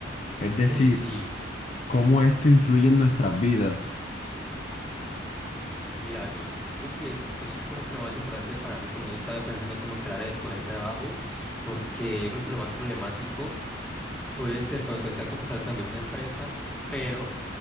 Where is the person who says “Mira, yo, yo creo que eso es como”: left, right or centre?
Centre